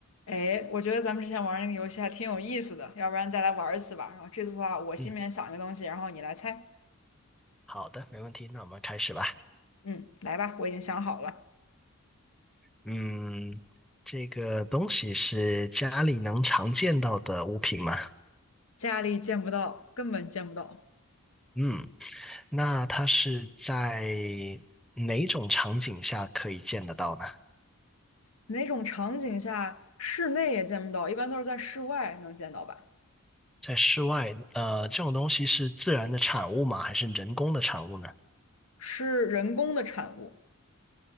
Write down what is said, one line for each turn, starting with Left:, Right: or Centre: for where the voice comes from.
Left: 哎，我觉得咱们之前玩那个游戏还挺有意思的，要不然再来玩一次吧。然后这次的话，我心里面想一个东西，
Centre: 嗯，
Left: 然后你来猜。
Centre: 好的，没问题，那我们开始吧。
Left: 嗯，来吧，我已经想好了。
Centre: 嗯，这个东西是家里能常见到的物品吗？
Left: 家里见不到，根本见不到。
Centre: 嗯，那它是在哪种场景下可以见得到呢？
Left: 哪种场景下室内也见不到？一般都是在室外能见到吧？
Centre: 在室外，呃，这种东西是自然的产物吗？还是人工的产物呢？
Left: 是人工的产物，